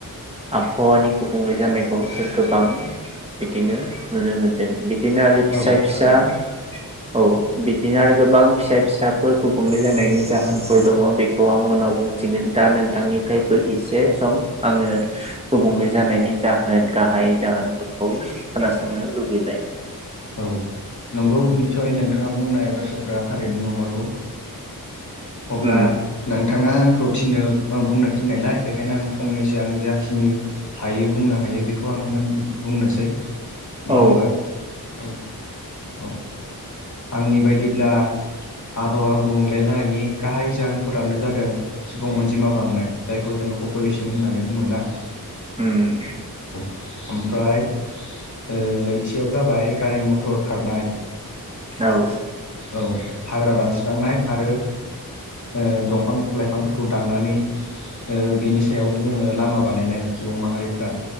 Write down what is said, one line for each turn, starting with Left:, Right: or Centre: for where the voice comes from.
Right: आबहावानि गुबुंले जानायखौ जों गोबां बिदिनो नुनो मोनदों बिदिनो आरो फिसा
Left: औ
Right: फिसा औ बिदिनो आरो गोबां फिसा फिसाफोर गुबुंले जानायनि जाहोन फोर दं बेखौ आं उनाव बुंथिगोन दा नोंथांनिफ्रायबो एसे सम आङो बुंले जानायनि जाहोन गाहाय जाहोनफोरखौ खोनासंनो लुबैबाय।
Left: औ न नंगौ निसय नोंथाङा बुंनाय बाथ्राफ्रा थारैनो नंमारगौ। अब्ला
Right: उम
Left: नों थाङा आंखौ थिनो बुंनो थिननायलाय बेखायनो आं फंनैसो आं जाखिनि हायो बुंनो हाय हायो बेखौ आं होन बुंनोसै नङा
Right: औ
Left: होमबा औ औ आंनि बायदिब्ला आबहावा गुबुंले जानायनि गाहाय जाहोनफोरानो जादों सुबुं अनजिमा बांनाय जायखौ जों पपुलेस्न होननानै बुङो ना
Right: उम
Left: आमफ्राय ओ नैथियाव जाबाय गारि मथर खारनाय
Right: औ।
Left: औ हाग्रा दानस्रांनाय आरो ओ दंफां लाइफांफोरखौ दाननानै ओ बेनि सायावनो जोङो लामा बानायनाय सुबुं माहारिफ्रा